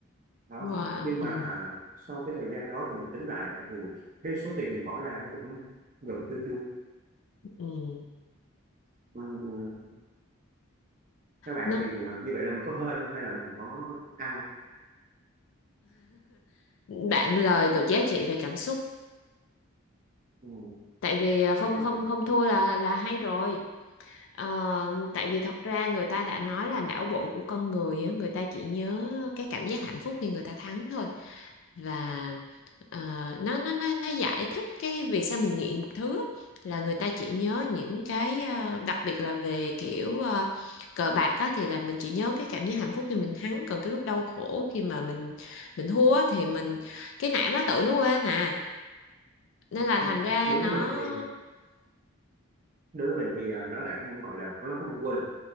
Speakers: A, on the right; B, on the left.
A: đó
B: Wow.
A: nhưng mà
B: Ừ.
A: sau cái thời gian đó thì mình tính lại thì cái số tiền mình bỏ ra nó cũng gần tương đương
B: Ừ.
A: Ừ, các bạn
B: Nó,
A: thì ờ, như vậy là mình có hên không hay là mình có ăn không
B: bạn lời được giá trị về cảm xúc.
A: ừ,
B: Tại vì à, không
A: cũng có
B: không
A: thể
B: không thua là là hay rồi. Ờ, tại vì thật ra người ta đã nói là não bộ của con người á, người ta chỉ nhớ cái cảm giác hạnh phúc khi người ta thắng thôi và ờ, nó nó nó nó giải thích cái vì sao mình nghiện một thứ á, là người ta chỉ nhớ những cái ờ, đặc biệt là về kiểu ờ, cờ bạc á, thì là mình chỉ nhớ cái cảm giác hạnh phúc khi mình thắng còn cái lúc đau khổ khi mà mình mình thua á, thì mình cái não nó tự nó quên à nên
A: Ừ,
B: là thành
A: không
B: ra
A: đối với
B: nó
A: mình thì đối với mình thì ờ, nó lại không gọi là nó không quên